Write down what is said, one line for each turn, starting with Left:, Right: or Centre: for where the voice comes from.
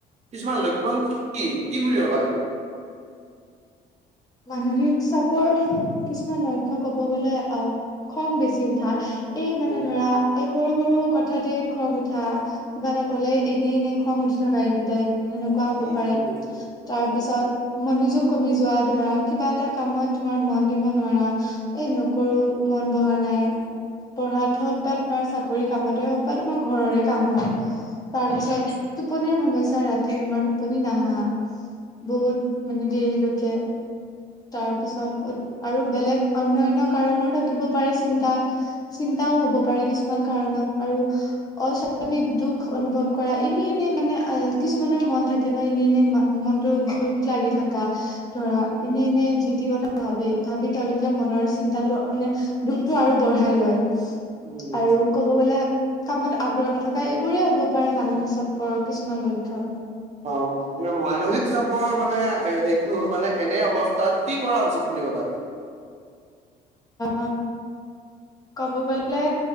Right: কিছুমান লক্ষণ কি কি বুলি ভাবা তুমি?
Left: মানসিক চাপৰ কিছুমান লক্ষ্য ক'ব গ'লে আহ খং বেচি উঠা- এই মানে
Right: উম
Left: ধৰা, - এই সৰু সৰু কথাতেই খং উঠা কিবা এটা কলে এনেই এনেই খং উঠি থকা এনি টাইম। সেনেকুৱা হ'ব
Right: উম
Left: পাৰে
Right: উম
Left: তাৰ পিছত মনোযোগ কমি যোৱাত- ধৰা, কিবা এটা কামত তোমাৰ মন দিব নোৱাৰা এই নকৰো মন বহা নাই- পঢ়াত হওঁক বা তোমাৰ চাকৰি কামতে হওক বা তোমাৰ ঘৰৰে কাম হওঁক। তাৰপিছত টোপনিৰ সমস্যা ৰাতি তোমাৰ টোপনি নাহা- বহুত মানে দেৰিলৈকে- তাৰ পিছত, আৰু বেলেগ অন্য অন্য কাৰণও থাকিব পাৰে চিন্তা- চিন্তাও হব পাৰে কিছুমান কাৰণত আৰু- অস্বাভাৱিক দুখ অনুভৱ কৰা এনেই এনেই মানে আহ কিছুমানৰ মন থাকে ন এনেই এনেই মা- মনটো দুখ লাগি থাকা।
Right: <inaudible>
Left: এনেই এনেই যি টি কথা ভাবি- ভাবি তেওঁলোকে মনৰ চিন্তাটো মানে দুখটো আৰু বঢ়াই লয়।
Right: উম উম।
Left: আৰু ক'ব গলে, - কামত আগ্ৰহ নথকা এইবোৰেই হ'ব পাৰে মানসিক চাপৰ কিছুমান লক্ষণ।
Right: অঁ' এ মানসিক চাপৰ মানে সেইটো মানে এনে অৱস্থাত কি কৰা উচিত বুলি ভাবা তুমি?
Left: অ‍ঁ ক'ব গলে